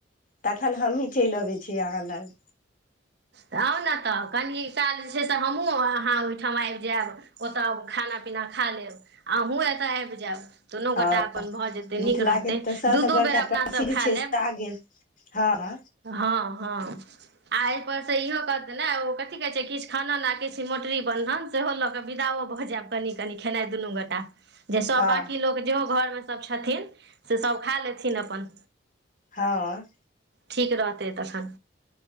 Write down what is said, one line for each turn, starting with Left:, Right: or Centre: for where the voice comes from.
Left: तखन हमहीँ चलि अबै छी अहाँ लग
Right: त आउ ने तऽ कनी काल जे छै से हमहूँ अहाँ ओहिठाम आबि जायब ओतय खाना पीना खा लेब अहूँ एतय आबि जायब दुनू
Left: हँ
Right: गोटा अपन भऽ जेतै
Left: मिथिलाके
Right: नीक रहतै
Left: तऽ सभसँ
Right: दू दू
Left: बड़का
Right: बेर अपनासभ
Left: प्रसिद्ध
Right: खा
Left: छै सागे
Right: लेब
Left: हँ ह
Right: हँ हँ आ एहि पर से इहो कहत ने ओ कथी कहै छै किछु खानन लेल किछ मोटरी ब लऽ क बिदा भऽ जायब कनि कनी खेनाइ दुनू गोटा जे सब
Left: हँ
Right: लोक जेहो घरमे सभ छथिन से सभ खा लेथिन अपन
Left: हँ
Right: ठीक रहतै तखन